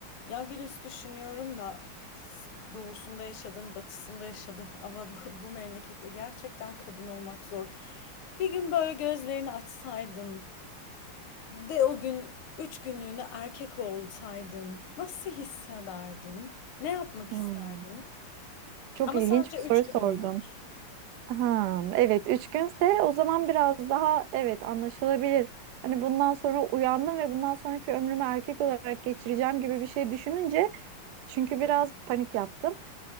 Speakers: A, on the left; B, on the right.
A: Ya Gülis düşünüyorum da doğusunda yaşadım, batısında yaşadım <laughs> ama bu, bu memlekette gerçekten kadın olmak zor. Bir gün böyle gözlerini açsaydın ve o gün üç günlüğüne erkek olsaydın nasıl hissederdin? Ne yapmak
B: Hmm.
A: isterdin?
B: Çok
A: Ama
B: ilginç
A: sadece
B: bir soru
A: üç günün
B: sordun.
A: var.
B: Ha, evet 3 günse o zaman biraz daha evet anlaşılabilir. Hani bundan sonra uyandım ve bundan sonraki ömrümü erkek olarak geçireceğim gibi bir şey düşününce çünkü biraz panik yaptım. <laughs>